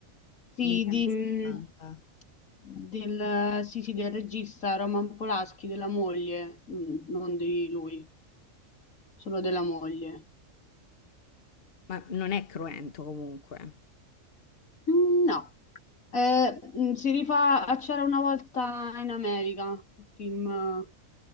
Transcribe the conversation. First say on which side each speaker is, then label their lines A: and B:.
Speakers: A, on the left; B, on the left.
A: Sì,
B: negli anni
A: di,
B: 70.
A: mh, del, sì, sì, del regista Roman Polanski, della moglie, Mm, non di lui, solo della moglie.
B: Ma non è cruento comunque.
A: Mm, no, Eh, mm, si rifà a C'era una volta in America, un film